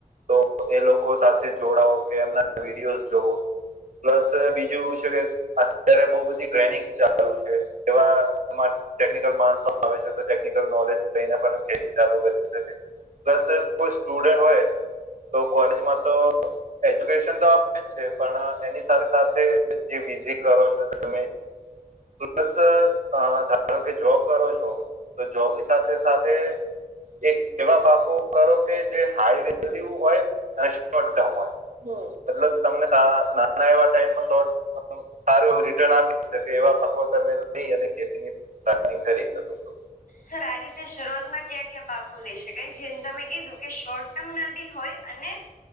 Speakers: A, on the right (about 60°); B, on the left (about 65°).
A: તો એ લોકો સાથે જોડાવો કે એમના વિડીયોઝ જોવો. પ્લસ બીજું ઈ છે કે અત્યારે બહું બધી ટ્રેનિંગ્સ ચાલુ છે, એવા <unintelligible> ટેકનિકલ માણસો આવે છે ટેકનિકલ નોલેજ લઈને પણ ખેતી ચાલુ કરી શકે. પ્લસ કોઈ સ્ટુડન્ટ હોય તો કોલેજમાં તો એજ્યુકેશન તો આપે જ છે, પણ એની સાથે-સાથે જે <unintelligible> કરો છો તમે પ્લસ અહ ધારો કે જોબ કરો છો તો જોબની સાથે-સાથે એક એવા પાકો કરો કે જે હાઈ વેલ્યુ હોય અને શોર્ટ ટર્મ હોય. મતલબ તમને <inaudible> નાના એવા ટાઈમમાં શોર્ટ <unintelligible> સારું એવું રિટર્ન આપી શકે, એવા પાકો તમે લઈ અને ખેતીની સ્ટાર્ટિંગ કરી શકો છો.
B: સર આ રીતે શરૂઆતમાં ક્યાં-ક્યાં પાકો લઈ શકાય? જેમ તમે કીધું કે શોર્ટ ટર્મના બી હોય અને